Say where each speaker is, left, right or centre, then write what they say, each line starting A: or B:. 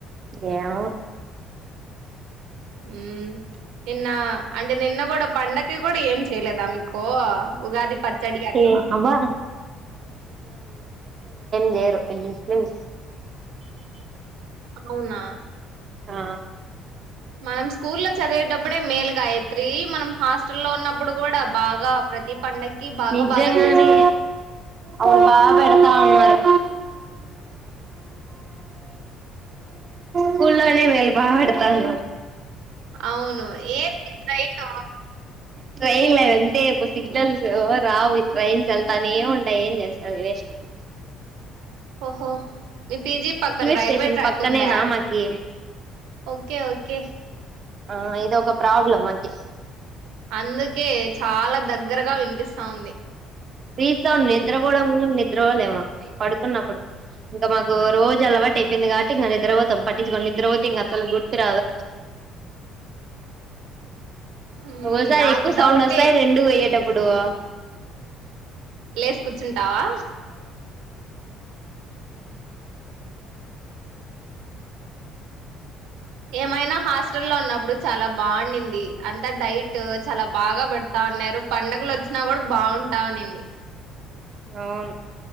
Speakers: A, on the right; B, on the right.
A: ఎమో
B: మ్ ఇన్న అంటే నిన్న కూడా పండకి కూడా ఏం చేయలేదా మీకో ఉగాది పచ్చడి అట్లా
A: ఏ అబ్బా నేరు ఇల్ ముస్లింస్
B: అవునా
A: ఆ
B: మనం స్కూల్లో చదివేటప్పుడే మేలుగాయత్రి మనం హాస్టల్లో ఉన్నప్పుడు కూడా బాగా ప్రతి పండక్కి బాగా
A: నిజంగానే
B: బాగా చేసి పెడత
A: అరు బాగా పెడతా ఉన్నారు స్కల్నే మేళ బాగా పెడతాన్నారు
B: అవును ఏంది ట్రైన్
A: ట్రైన్ దంతేప్పు సిగ్నల్ రావు ఇ ట్రైన్స్ల్తనే ఏ ఉంటాయి ఏం చేస్తారు వేస్
B: ఓహో మీ పిజీ పక్కన రైల్వే
A: స్టేషన్
B: ట్రాకు
A: పక్కనేనా
B: ఉందా
A: మాకి
B: ఓకే ఓకే
A: ఆ ఇదో ఒక ప్రాబ్లమ్ మాకి
B: అందుకే చాలా దగ్గరగా వినిపిస్తా ఉంది
A: తీస్తాం నిద్రపోవడం నిద్రపోలేము పడుకున్నప్పుడు ఇంకా మాకు రోజు అలవాటు అయిపోయింది కాబట్టి ఇంకా నిద్ర పోతాం పట్టించుకోని నిద్ర పోతే ఇంక అసలు గుర్తు రావదు
B: మ్మ్,
A: ఒకసారి
B: నాకు
A: ఎక్కువ సౌండ్
B: డౌటే
A: వస్తాయి రెండు పోయ్యేటప్పుడు అప్పుడు
B: లేసు కూర్చుంటావా ఏమైనా హాస్టల్ లో ఉన్నప్పుడు చాలా బాగుంనింది అంత డైట్ చాలా బాగా పెడతా ఉన్నారు పండగలు వచ్చినా కూడా బాగుంటా ఉండింది
A: అవును